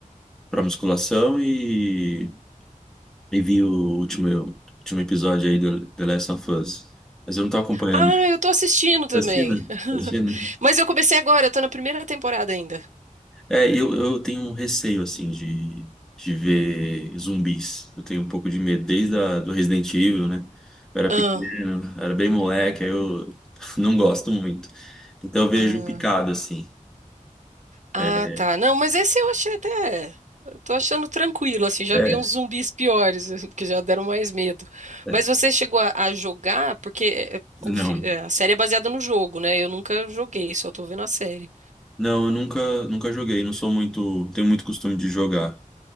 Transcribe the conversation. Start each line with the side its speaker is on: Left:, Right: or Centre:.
Centre: pra musculação e, e vi o último, último episódio aí do The Last of Us. Mas eu não tô acompanhando.
Right: Ah, eu tô assistindo também.
Centre: Fascina,
Right: <laughs>
Centre: fascina.
Right: Mas eu comecei agora, eu tô na primeira temporada ainda.
Centre: É, eu, eu tenho um receio, assim, de, de ver zumbis. Eu tenho um pouco de medo, desde a, do Resident Evil, né? Eu era
Right: Ah,
Centre: pequeno, era bem moleque, aí eu <laughs> não gosto muito. Então eu vejo
Right: ah,
Centre: picado, assim.
Right: ah,
Centre: É,
Right: tá. Não, mas esse eu achei até. Eu tô achando tranquilo, assim, já
Centre: é.
Right: vi uns zumbis piores, <laughs> que já deram mais medo.
Centre: é.
Right: Mas você chegou a, a jogar, porque é, é,
Centre: Não.
Right: o fi- é, a série é baseada no jogo, né? Eu nunca joguei, só tô vendo a série.
Centre: Não, eu nunca, nunca joguei, não sou muito, tenho muito costume de jogar.